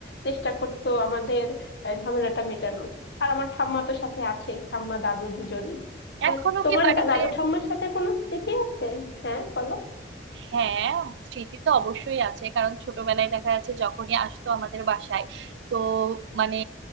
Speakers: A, on the left; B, on the right.
A: চেষ্টা করতো আমাদের আহ, ঝামেলাটা মেটানোর আর আমার ঠাম্মা তো সাথে আছেই ঠাম্মা দাদু দুজনই আহ,
B: এখনো
A: তোমার
B: কি বাড়িতে
A: দা- দাদু ঠাম্মার সাথে কোনো স্মৃতি আছে হ্যাঁ বলো
B: হ্যাঁ স্মৃতি তো অবশ্যই আছে কারণ ছোটবেলায় দেখা যাচ্ছে যখনই আসতো আমাদের বাসায় তো মানে